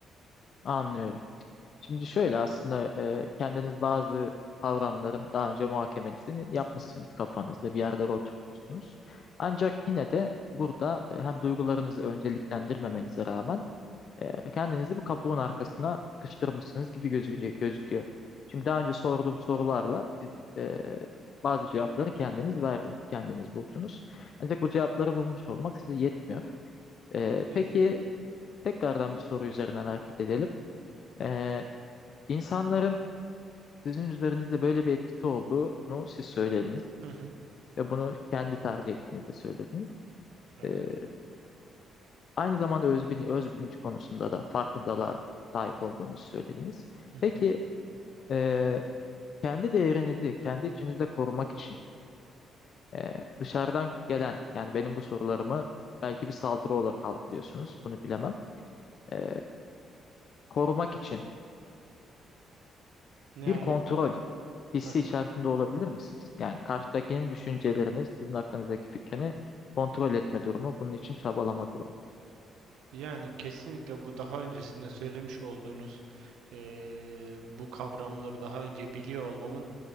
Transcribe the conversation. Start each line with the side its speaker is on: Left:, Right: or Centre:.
Left: Anlıyorum. Şimdi şöyle aslında e, kendiniz bazı kavramların daha önce muhakemesini yapmışsınız kafanızda, bir yerlere oturtmuşsunuz. Ancak yine de burada e, hem duygularınızı önceliklendirmemenize rağmen e, kendinizi bir kapuğun arkasına sıkıştırmışsınız gibi gözüküyor, gözüküyor. Çünkü daha önce sorduğum sorularla siz e, bazı cevapları kendiniz verdiniz, kendiniz buldunuz. Ancak bu cevapları bulmuş olmak size yetmiyor. E,
Right: Yani.
Left: peki tekrardan bir soru üzerinden hareket edelim. E, insanların sizin üzerinizde böyle bir etkisi olduğunu siz söylediniz
Right: Hı hı.
Left: ve bunu kendi tercih ettiğinizde söylediniz.
Right: Evet.
Left: E, aynı zamanda öz, bin- öz bilinç konusunda da farkındalığa sahip olduğunuzu söylediniz.
Right: Hı hı.
Left: Peki e, kendi değerinizi kendi içinizde korumak için e, dışarıdan gelen yani benim bu sorularımı belki bir saldırı olarak algılıyorsunuz bunu bilemem. E, korumak için
Right: Yani
Left: bir kontrol hissi
Right: heh,
Left: içerisinde olabilir misiniz? Yani karşıdakinin düşüncelerini sizin hakkınızdaki fikrini kontrol etme durumu bunun için çabalama durumu.
Right: yani kesinlikle bu daha öncesinde söylemiş olduğunuz eee, bu kavramları daha önce biliyor olmamın